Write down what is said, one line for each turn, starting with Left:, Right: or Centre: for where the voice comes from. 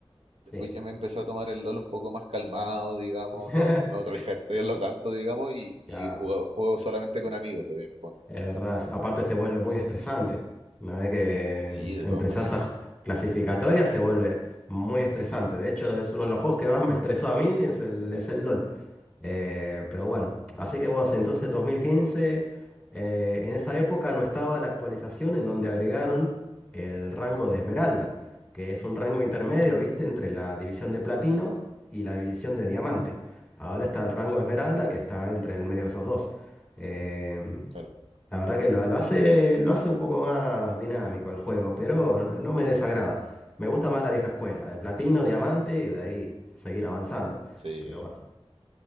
Centre: sí.
Right: Después ya me empecé a tomar el LOL un poco más calmado, digamos,
Centre: <laughs>
Right: no, no tryhardearlo tanto, digamos, y, y
Centre: Claro,
Right: jugado- juego solamente con amigos de vez en cuando.
Centre: es verdad. Aparte se vuelve muy estresante. Una vez que
Right: Sí, de
Centre: empezás
Right: todas maneras.
Centre: a clasificatoria se vuelve muy estresante. De hecho, es uno de los juegos que más me estresó a mí, es el, es el LOL. Eh, pero bueno, así que bueno, entonces 2015, eh, en esa época no estaba la actualización en donde agregaron el rango de esmeralda, que es un rango intermedio,
Right: No,
Centre: ¿viste? Entre la división de platino y la división de diamante. Ahora está el rango de esmeralda que está entre el medio de esos dos. Eh,
Right: claro.
Centre: la verdad que lo, lo hace, lo hace un poco más dinámico el juego, pero no no me desagrada. Me gusta más la vieja escuela, de platino, diamante y de ahí seguir avanzando.
Right: Sí.
Centre: Pero bueno.